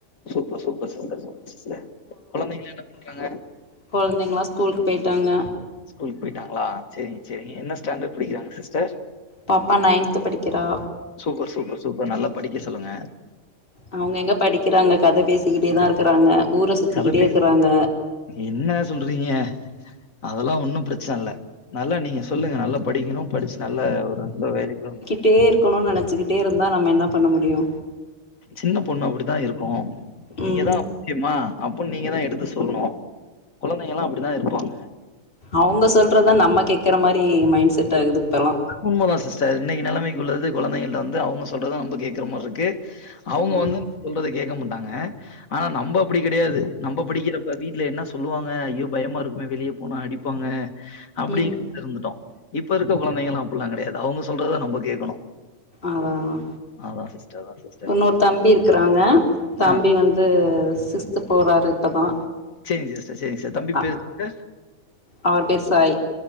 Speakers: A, on the left; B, on the left.
A: சூப்பர் சூப்பர் சிஸ்டர் சிஸ்டர் கொழந்தைங்கலா என்ன பண்றாங்க
B: <unintelligible> கொழந்தைங்களா ஸ்கூலுக்கு போயிட்டாங்க
A: ஸ்கூல்க்கு போயிட்டாங்களா செரிங்க செரிங்க என்ன ஸ்டாண்டர் படிக்கிறாங்க சிஸ்டர்
B: பாப்பா நைன்த்து படிக்கிறா
A: சூப்பர் சூப்பர் சூப்பர் நல்லா படிக்க சொல்லுங்க
B: அவுங்க எங்க படிக்கிறாங்க கத பேசிக்கிட்டே தா இருக்குறாங்க ஊர சுத்திக்கிட்டே
A: கத பேஸ்
B: இருக்குறாங்க
A: என்ன சொல்றீங்க அதல்லா ஒண்ணு பிரச்சன இல்ல நல்லா நீங்க சொல்லுங்க நல்லா படிக்கணு படிச்சு நல்ல ஒரு நல்ல வேலைக்கு
B: ட்டேருக்கணு நெனச்சுக்கிட்டே இருந்தா நம்ம என்ன பண்ண முடியு
A: சின்ன பொண்ணு அப்டிதா இருக்கு நீங்கதா
B: ம்
A: முக்கியமா அப்ப நீங்க தா எடுத்து சொல்லணு கொழந்தைங்கல்லா அப்டிதா இருப்பாங்க
B: அவுங்க சொல்றதா நம்ம கேக்கற மாரி மைண்ட் செட்டாகுது இப்பல்லா
A: உண்மதா சி்ஸ்டர் இன்னைக்கி நெலமைக்கு உள்ளது கொழந்தைங்கள்ட்ட வந்து அவங்க சொல்றத நம்ப கேக்கற மாரிருக்கு அவுங்க
B: ம்
A: வந்து சொல்றத கேக்க மாட்டாங்க ஆனா நம்ப அப்டி கெடையாது நம்ப படிக்கிறப்ப வீட்ல என்ன சொல்லுவாங்க ஐயோ பயமா இருக்குமே வெளியே போனா அடி பாங்க அப்டி
B: ம்
A: இருந்துட்டோ இப்பருக்க கொழந்தைங்கள அப்லா கெடையாது அவுங்க சொல்றததா நம்ப கேட்கணு
B: அதா அதா
A: அதா சிஸ்டர் அதா சிஸ்டர்
B: இன்னொரு தம்பி இருக்குறாங்க தம்பி
A: ஆ
B: வந்து சிக்ஸ்த்து போறாரு இப்பதா
A: சேரிங் சிஸ்டர் சேரிங் சிஸ்டர் தம்பி
B: அ
A: பேரென்ன
B: அவர் பேர் Sai